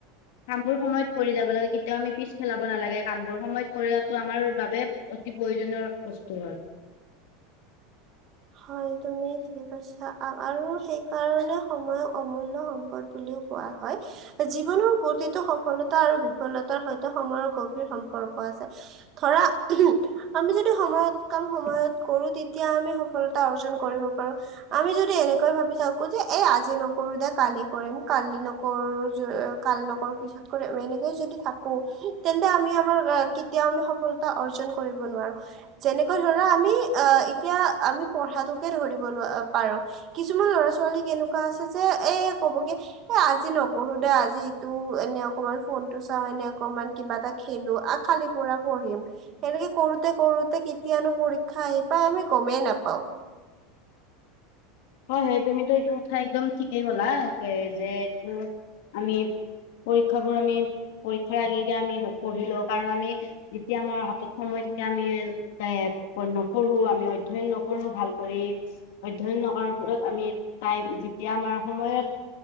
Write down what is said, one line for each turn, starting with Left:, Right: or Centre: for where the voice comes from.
Left: কামবোৰ সময়ত কৰি যাব কৰিবলৈ তেতিয়া আমি পিছ পেলাব নালাগে কামবোৰ সময়ত কৰিটো আমাৰ বাবে অতি প্ৰয়োজনীয় বস্তু হয়।
Right: হয় তুমিয়ে ঠিকে কৈছা আৰু সেইকাৰণে সময়ক অমূল্য সম্পদ বুলিও কোৱা হয় জীৱনৰ প্ৰতিটো সফলতা আৰু বিফলতাৰ সৈতে সময়ৰ গভীৰ সম্পৰ্ক আছে ধৰা আমি যদি সময়ত কাম সময়ত কৰো তেতিয়া আমি সফলতা অৰ্জন কৰিব পাৰো আমি যদি এনেকৈ ভাবি থাকো যে এই আজি নকৰো দে কালি কৰিম কালি নকৰো কালি নকৰো পিছত কৰি আ এনেকে যদি থাকো তেন্তে আমি আমাৰ কেতিয়াও আমি সফলতা অৰ্জন কৰিব নোৱাৰো যেনেকৈ ধৰা আমি অ এতিয়া আমি পঢ়াতোকে ধৰি পাৰ, কিছুমান ল'ৰা। ছোৱালী কেনেকুৱা আছে যে এ কবগে, এ আজি নপঢ়ো দে আজি ইটো এনে অকমান ফোন টো চাও এনে। অকমান কিবা এটা খেলো আ খালি পৰা পঢ়িম এনেকে কৰোতে কৰোতে কেতিয়ানো পৰীক্ষা আহি পাই আমি গমেই নাপাও।
Left: হয় হয় তুমিতো এইটো কথা একদম ঠিকেই ক'লা যে এইটো আমি পৰীক্ষাবোৰ আমি পৰীক্ষাৰ আগে আগে আমি নপঢ়িলেওঁ কাৰণে। যেতিয়া আমাৰ হাতত সময় থাকে আমি এ নপঢ়ো আমি অধ্যয়ন নকৰো ভাল কৰি। অধ্যয়ন নকৰ। আমি টাইম যেতিয়া আমাৰ সময়ত,